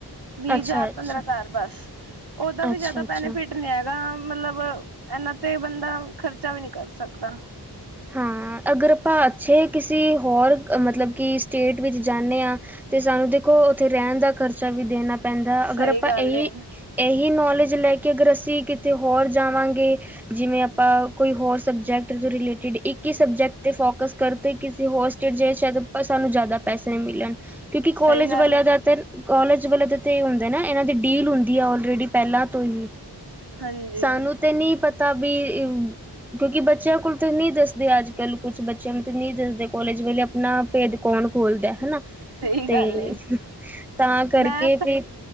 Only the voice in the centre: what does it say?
ਅੱਛਾ-ਅੱਛਾ,
ਅੱਛਾ-ਅੱਛਾ
ਹਾਂ ਅਗਰ ਆਪਾਂ ਅੱਛੇ ਕਿਸੇ ਹੋਰ ਮਤਲਬ ਕਿ ਸਟੇਟ ਵਿੱਚ ਜਾਂਦੇ ਹਾਂ ਤੇ ਸਾਨੂੰ ਦੇਖੋ ਉੱਥੇ ਰਹਿਣ ਦਾ ਖ਼ਰਚਾ ਵੀ ਦੇਣਾ ਪੈਂਦਾ
ਅਗਰ ਆਪਾਂ
ਇਹੀ
ਇਹੀ ਨੌਲੇਜ ਲੈ ਕੇ ਅਗਰ ਅਸੀਂ ਕਿਤੇ ਹੋਰ ਜਾਵਾਂਗੇ ਜਿਵੇਂ ਆਪਾਂ ਕੋਈ ਹੋਰ ਸਬਜੈਕਟ ਤੋਂ ਰਿਲੇਟਿਡ ਇੱਕ ਹੀ ਸਬਜੈਕਟ ਤੇ ਫੋਕਸ ਕਰਦੇ, ਕਿਸੇ ਹੋਰ ਸਟੇਟ ਸਾਨੂੰ ਜ਼ਿਆਦਾ ਪੈਸੇ ਨਹੀਂ ਮਿਲਣ। ਕਿਉਂਕਿ ਕੋਲੇਜ
ਵਾਲਿਆਂ
ਜ਼ਿਆਦਾਤਰ ਕਾਲਜ ਵੱਲੋਂ ਤੇ ਇਹ ਹੁੰਦਾ ਨਾ, ਇਹਨਾਂ ਦੀ ਡੀਲ ਹੁੰਦੀ ਆਲਰੇਡੀ ਪਹਿਲਾਂ ਤੋਂ ਹੀ।
ਸਾਨੂੰ ਤੇ ਨਹੀਂ ਪਤਾ ਵੀ ਕਿਉਂਕਿ ਬੱਚਿਆਂ ਕੋਲ ਤਾਂ ਨਹੀਂ ਦੱਸ ਬਈ ਅੱਜ ਕੱਲ ਕੁਛ ਬੱਚਿਆਂ ਨੂੰ ਤਾਂ ਨਹੀਂ ਦੱਸਦੇ, ਕੋਲਜ ਵੇਲੇ ਆਪਣਾ ਭੇਦ ਕੌਣ ਖੋਲਦਾ ਹਨਾ।
ਤੇ
ਤਾਂ ਕਰਕੇ
ਫਿਰ